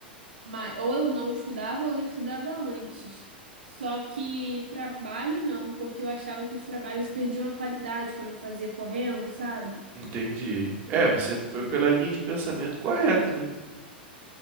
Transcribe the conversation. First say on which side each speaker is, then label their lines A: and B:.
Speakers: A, on the right; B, on the right.
A: Mas, ou eu não estudava ou eu estudava antes. Só que trabalho não, porque eu achava que os trabalhos perdiam a qualidade quando eu fazia correndo, sabe?
B: entendi. É, você foi pela linha de pensamento correta, né?